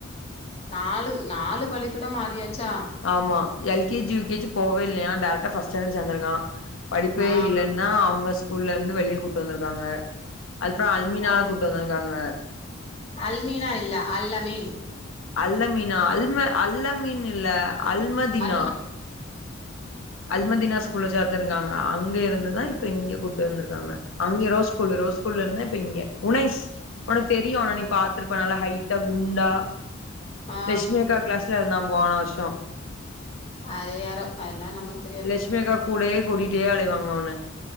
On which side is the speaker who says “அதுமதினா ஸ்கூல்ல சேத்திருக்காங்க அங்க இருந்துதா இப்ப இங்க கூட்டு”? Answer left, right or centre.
Left